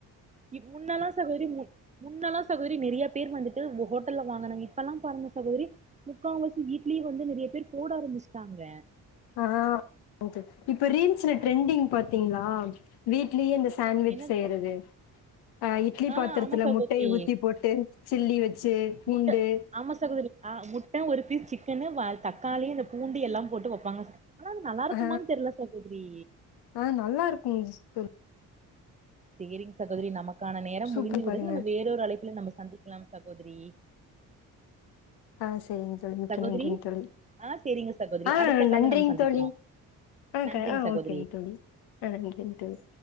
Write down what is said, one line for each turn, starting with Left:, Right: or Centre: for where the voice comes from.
Right: இ முன்னெல்லா சகோதரி முன் முன்னெல்லா சகோதரி நெறைய பேர் வந்துட்டு ஓ ஹோட்டல்ல வாங்குனாங்க இப்பெல்லா பாருங்க சகோதரி முக்காவாசி வீட்லயே வந்து நெறைய பேர் போட ஆரம்பிஸ்ட்டாங்க
Left: ஆ <unintelligible> இப்ப ரீல்ஸ்ல ட்ரெண்டிங்
Right: அ-
Left: பாத்தீங்ளா
Right: அ-
Left: வீட்லயே இந்த சாண்விச்
Right: என்னது
Left: செய்யறது
Right: ச-
Left: அ இட்லி
Right: ஆ
Left: பாத்தரத்துல
Right: ஆமா சகோதரி
Left: முட்டைய ஊத்தி போட்டு சில்லி வெச்சு பூண்டு
Right: முட்ட ஆமா சகோதரி ஆ முட்ட ஒரு பீஸ் சிக்கனு வ தக்காளி இந்த பூண்டு எல்லா போட்டு வப்பாங்க ஆனா அது நல்லாருக்குமான்
Left: ஆ
Right: தெர்ல சகோதரி
Left: ஆ நல்லாருக்குங் சிஸ்டர்
Right: சேரிங் சகோதரி நமக்கான நேரம்
Left: சூப்பர்
Right: முடிந்து விட்டது
Left: பாருங்க
Right: நம்ம வேறொரு அழைப்புல நம்ம சந்திக்கலாம் சகோதரி
Left: ஆ சேரிங்க தோழி மிக்க
Right: சகோதரி
Left: நன்றிங் தோழி
Right: ஆ சேரிங்க சகோதரி
Left: ஆ
Right: அடுத்த கால்ல
Left: நன்றிங்
Right: நம்ம சந்திக்கலாம்
Left: தோழி ஆ
Right: நன்றிங்
Left: க ஆ
Right: சகோதரி
Left: ஓகேங் தோழி ஆ நன்றிங் தோழி